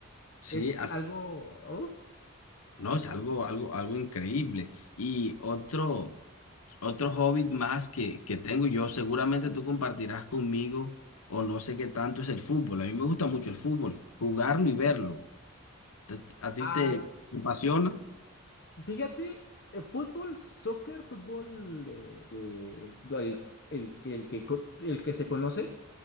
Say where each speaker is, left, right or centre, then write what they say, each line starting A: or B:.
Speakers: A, on the left; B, on the left.
A: Sí,
B: Es algo...
A: No, es algo, algo, algo increíble. Y otro, otro hobby más que, que tengo yo, seguramente tú compartirás conmigo, o no sé qué tanto es el fútbol. A mí me gusta mucho el fútbol, jugarlo y verlo. ¿Te- ¿A ti
B: ¡uh!
A: te, te apasiona?
B: Fíjate, el fútbol, soccer, fútbol de, de- el, fútbol- el- el que el que co- el que se conoce,